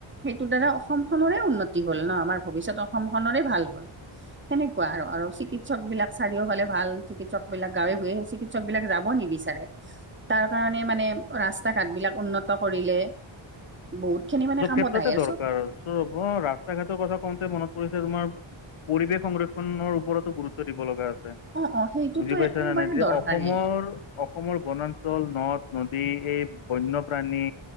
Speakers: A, on the right (about 25°); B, on the left (about 80°).
A: সেইটো দ্বাৰা অসম খনৰে উন্নতি হ'ল ন, আমাৰ ভৱিষ্যত অসম খনৰে ভাল হ'ল। সেনেকুৱা আৰু আৰু চিকিৎসক বিলাক চাৰিওফালে ভাল চিকিৎসক বিলাক গাঁৱে বুৱে- চিকিৎসক বিলাকে যাব নিবিচাৰে। তাৰ কাৰণে মানে ৰাস্তা ঘাট বিলাক উন্নত কৰিলে। বহুত খিনি মানে
B: চব
A: কামত
B: ক্ষেত্ৰতে
A: আহে চ,
B: <unintelligible> ৰাস্তা ঘাটৰ কথা কওঁতে মনত পৰিছে তোমাৰ পৰিৱেশ সংৰক্ষণৰ ওপৰতো গুৰুত্ব দিব লগা আছে।
A: অ অ সেইটোতো
B: বুজি পাইছে
A: একেবাৰে
B: নে নাই এতিয়া
A: দৰকাৰীয়ে
B: অসমৰ অসমৰ বনাঞ্চল নদ-নদী এই বন্যপ্ৰাণী